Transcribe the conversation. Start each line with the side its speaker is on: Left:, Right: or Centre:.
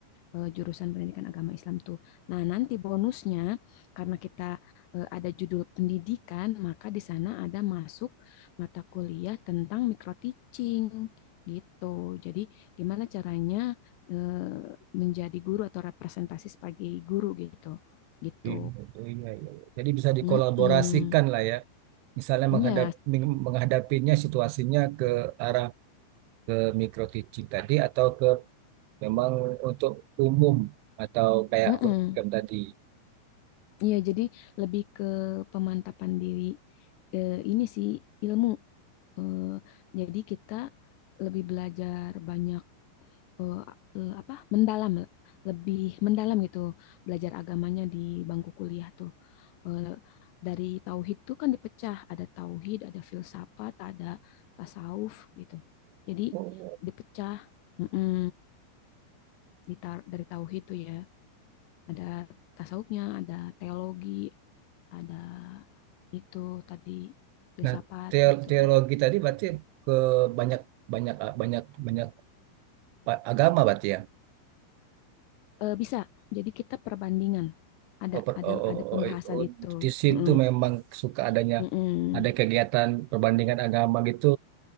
Left: eh, jurusan pendidikan agama Islam tuh. Nah, nanti bonusnya karena kita eh, ada judul pendidikan, maka di sana ada masuk mata kuliah tentang micro teaching gitu. Jadi, gimana caranya eh, menjadi guru atau representasi sebagai guru gitu. Gitu.
Right: I- Iya iya. iya. Jadi bisa dikolaborasikan
Left: Mm-mm.
Right: lah ya. Misalnya
Left: Iya,
Right: menghadap meng- menghadapinya situasinya ke arah ke micro teaching tadi atau ke memang untuk umum atau kayak
Left: staf.
Right: program tadi.
Left: Iya, jadi lebih ke pemantapan diri eh, ini sih ilmu. Eh, jadi kita lebih belajar banyak eh, eh, apa mendalam, lebih mendalam gitu belajar agamanya di bangku kuliah tuh. Eh, dari tauhid tuh kan dipecah, ada tauhid, ada filsafat, ada tasawuf gitu. Jadi
Right: Oh.
Left: dipecah mm-mm, di tar- dari tauhid tuh ya, ada tasawufnya, ada teologi, ada itu tadi filsafat
Right: Nah, teo-
Left: gitu.
Right: teologi tadi berarti ke banyak banyak banyak banyak pa- agama berarti ya.
Left: Eh, bisa. Jadi kita perbandingan. Ada
Right: Oh, per-
Left: ada
Right: oh, oh,
Left: ada
Right: oh,
Left: pembahasan
Right: oh, oh,
Left: itu.
Right: di situ
Left: Mm-mm.
Right: memang suka adanya
Left: Mm-mm.
Right: ada kegiatan perbandingan agama gitu.